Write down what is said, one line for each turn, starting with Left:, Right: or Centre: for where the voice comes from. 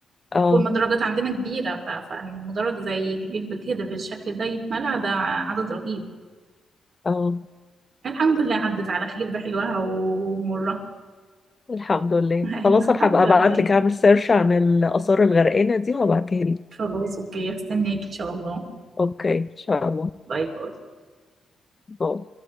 Left: اه
Right: والمدرجات عندنا كبيرة ف- فالمدرج زي كبير بكده بالشكل ده يتملى ده عدد رهيب
Left: اه
Right: الحمد لله عدت على خير بحلوها ومرها
Left: الحمد لله
Right: <laughs> أيوة
Left: خلاص
Right: الحمد
Left: انا هبقى
Right: لله
Left: ابعت لك اعمل سيرش عن الآثار الغرقانة دي وهبعتها لك
Right: خلاص أوكي هستناك إن شاء الله
Left: اوكي ان شاء الله
Right: باي باي
Left: باي.